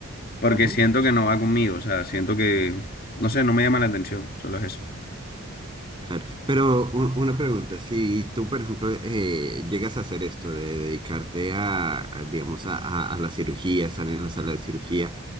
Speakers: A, on the left (about 45°); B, on the right (about 20°).
A: porque
B: ujú.
A: siento que no va conmigo, o sea, siento que, no sé, no me llama la atención, solo es eso.
B: Claro, pero un- una pregunta, si tú, por ejemplo, eh, llegas a hacer esto de dedicarte a, a, digamos, a, a- a la cirugía, estar en la sala de cirugía,